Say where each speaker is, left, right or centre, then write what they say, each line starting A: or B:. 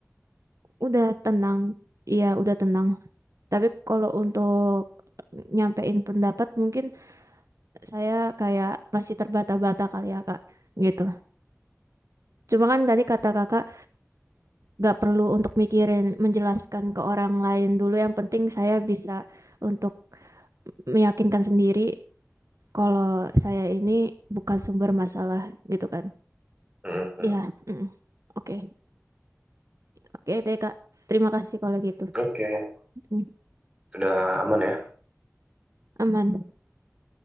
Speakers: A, on the right; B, on the right.
A: Udah tenang. Iya, udah tenang. Tapi kalau untuk nyampein pendapat mungkin saya kayak masih terbata-bata kali ya Kak. Gitu. Cuma kan tadi kata Kakak gak perlu untuk mikirin menjelaskan ke orang lain dulu. Yang penting saya bisa untuk meyakinkan sendiri kalau saya ini bukan sumber masalah gitu kan.
B: Mhm.
A: Iya. mm. Oke. Oke deh, Kak. Terima kasih kalau gitu.
B: oke
A: Mm.
B: sudah aman ya
A: Aman.